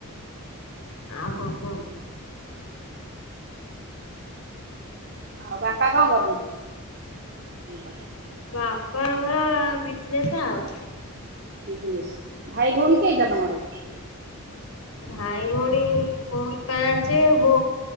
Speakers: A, on the left; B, on the right.
A: ଆଉ କଣ କୁହ।
B: ଆଉ ବାପା କଣ କରନ୍ତି ଆମର
A: ବାପା ଆମର ବିଜନେସ୍ ଆଉ।
B: ବିଜନେ ଭାଇ ଭଉଣୀ କି ଏଇଟା ତମର।
A: ଭାଇ ଭଉଣୀ ଭଉଣୀ ପାଞ୍ଚ ବୋ